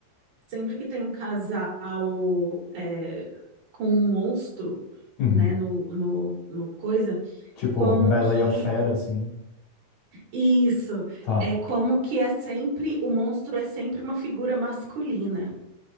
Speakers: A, on the right; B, on the left.
A: Sempre que tem um casal é, com um monstro,
B: Uhum.
A: né, no, no, no coisa,
B: Tipo,
A: como
B: a Bela
A: que
B: e a Fera, assim.
A: isso
B: Tá.
A: é como que é sempre o monstro é sempre uma figura masculina.